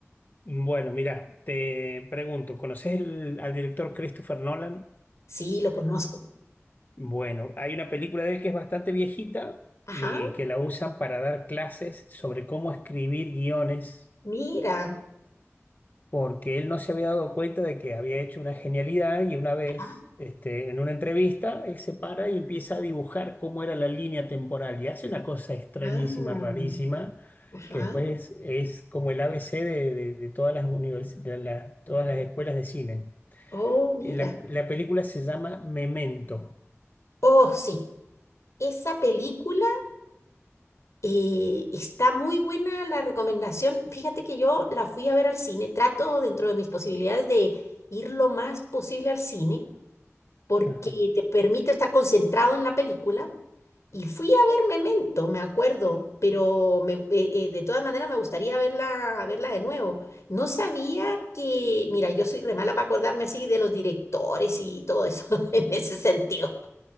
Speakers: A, on the left (about 40°); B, on the left (about 70°).
A: Bueno, mira, te pregunto, ¿conoces el- al director Christopher Nolan?
B: Sí, lo conozco.
A: Bueno, hay una película de él que es bastante viejita
B: Ajá,
A: y que la usan para dar clases sobre cómo escribir guiones
B: mira.
A: porque él no se había dado cuenta de que había hecho una genialidad y una vez,
B: Ajá,
A: este, en una entrevista, él se para y empieza a dibujar cómo era la línea temporal y hace una cosa extrañísima,
B: ah,
A: rarísima,
B: ajá.
A: que después es como el ABC de, de- de todas las univers- de la- todas las escuelas de cine.
B: Oh, mira.
A: Eh, La, la película se llama Memento.
B: Oh, sí. Esa película eh, está muy buena la recomendación. Fíjate que yo la fui a ver al cine. Trato dentro de mis posibilidades de ir lo más posible al cine. porque
A: Ajá.
B: te permite estar concentrado en la película. Y fui a ver Memento, me acuerdo, pero me- eh, eh, de todas maneras me gustaría verla, verla de nuevo. No sabía que, mira, yo soy re mala para acordarme así de los directores y todo eso <laughs> en ese sentido.